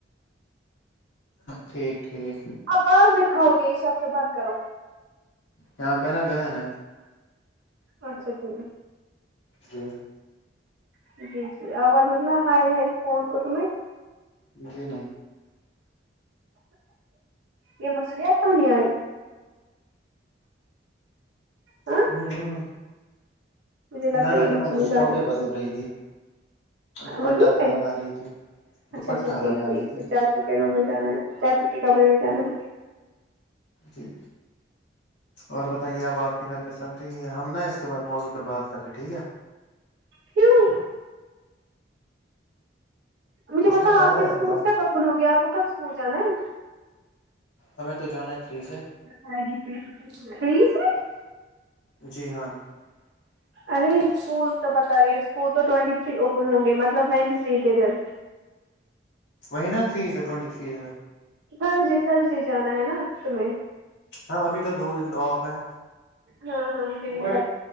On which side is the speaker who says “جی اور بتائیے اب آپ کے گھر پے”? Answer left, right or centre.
Left